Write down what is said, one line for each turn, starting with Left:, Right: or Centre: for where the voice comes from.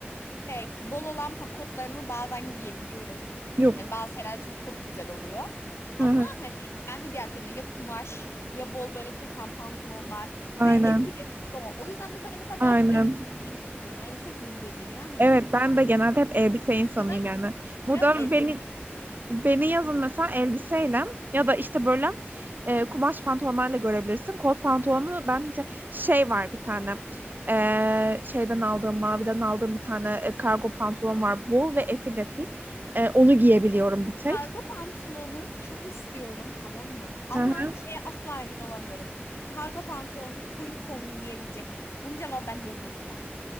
Left: E, bol olan pa- kotlarımı bazen giyebiliyorum.
Right: <laughs> Yok.
Left: Hani bazı şeyler için kot güzel oluyor. Ama
Right: Hı hı,
Left: hani ben de diğer türlü ya kumaş ya bol böyle keten pantolonlar ne
Right: Aynen,
Left: efil elbise o. O yüzden bu sene mesela
Right: aynen.
Left: daha çok elbise giymek istiyorum. Ben elbise giyeyim gezeyim ya hani.
Right: Evet ben de genelde hep elbise insanıyım
Left: O yüzden
Right: yani. Bu
Left: biraz
Right: beni
Left: elbise istiyorum.
Right: Beni yazın mesela elbiseyle ya da işte böyle e, kumaş pantolonlarla görebilirsin. Kot pantolonu bence şey var bir tane. E, şeyden aldığım, maviden aldığım bir tane e, kargo pantolon var. Bol ve efil efil. E, onu giyebiliyorum bir tek.
Left: Kargo pantolonu çok istiyorum tamam mı? Ama
Right: Hı hı.
Left: şeye asla emin olamıyorum. Kargo pantolonu full kombinleyebilecek miyim? Bunun cevabı bende yok mesela.